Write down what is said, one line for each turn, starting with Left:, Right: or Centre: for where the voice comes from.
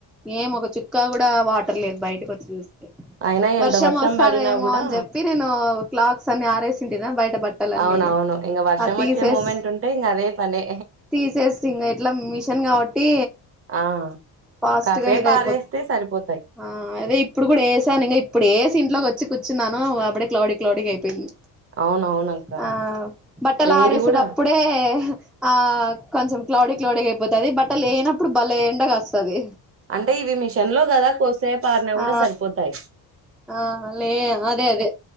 Centre: ఏం ఒక చుక్కా కూడా వాటర్ లేదు. బయటకి వ జుస్
Right: అయినా ఎంత
Centre: వర్షం వస్సాదేమో
Right: పడినా కూడా
Centre: అని చెప్పి నేను క్లాక్స్ అన్ని ఆరేస్ ఇంటిదా బయ్ బట్టలన్ని
Right: అవునవును ఇంగ వర్షం
Centre: అ తీసేస్
Right: వచ్చే మూమెంట్ ఉంటే ఇంగ అదే పనే
Centre: తీసేసి ఇంగ ఇట్లా మిషన్ కాబట్టి
Right: ఆ
Centre: ఫాస్ట్గా
Right: కాసేపు
Centre: ఇదైపోతుంది.
Right: ఆరేస్తే సరిపోతాయి
Centre: అ అద్ ఇ ఇప్పుడు ఎసాను ఇంగ ఇప్పుడేసి ఇంట్లోకి వచ్చి కూర్చున్నాను. అపుడే క్లోడి క్లోడిగ అయిపెంద్.
Right: అవునవునక్క
Centre: ఆ బట్టలు
Right: వేడి
Centre: ఆరేసడప్పుడే
Right: కూడా
Centre: ఆ కొంచెం క్లౌడీ క్లౌడీ అయిపోతది. బట్టలు ఎయనప్పుడు బలే ఎండగాస్సాది.
Right: అంటే ఇవి మిషన్ లో కదా కోస్ సేప్ ఆరిన కూడా
Centre: ఆ
Right: సరిపోతాయ్.
Centre: ఆ లే అదే అదే